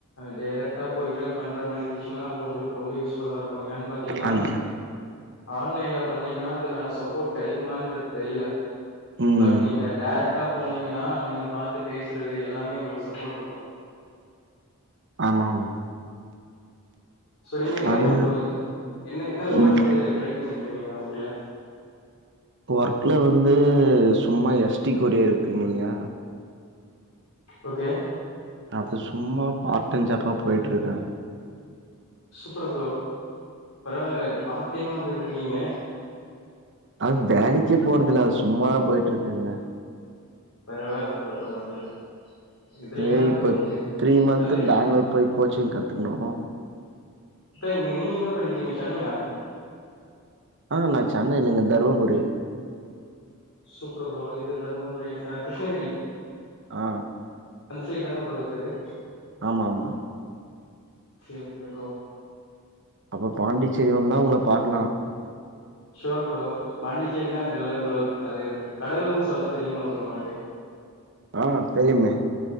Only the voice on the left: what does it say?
டேரக்டா போய்ட்டு பண்ற மாரி இருந்துச்சுன்னா அது உங்களுக்கு ரொம்ப யூஸ்ஃபுல்லா இருக் கு ஏன் பாத்தீங்கன்னா
ஆன்லைன்ல பண்ணீங்கன்னா அதுக்கான சப்போர்ட் கெடைக்குமான்றது தெரியல
பட் நீங்க டேரக்ட் டா போனீங்கன்னா நீங்க பாத்து பேசுறது எல்லாமே ஒங்களுக்கு சப்போர்ட் இருக்கு
சோ நீங்க என்ன
ரோல் ப்ரோ இது என்ன என்ன ரோல்
வந்து ட்ரை பண்ணிட் டிருக்கீங்க ஒர்க்குல
ஓகே
சூப்பர் ப்ரோ பரவால்ல பார்ட் டைம்லா போய்ட்டிருக்கீங்க
பரவால்ல ப்ரோ பரவால்ல இதுல
என்ன
ப்ரோ இருக்கு?
நல்ல
இப்ப நீங்க எங்க படிக்கிறீங்க சென்னையா
சூப்பர் ப்ரோ இது தருமபுரி ஆ கிருஷ்ணகிரி
அந்த சைட் தான ப்ரோ இருக்கு அது
ஓகே ப்ரோ
ஷோர் ப்ரோ பாண்டிச்சேரினா அது இல்ல ப்ரோ அது கடலூர்னு சொன்னா தெரியுமா ப்ரோ ஒனக்கு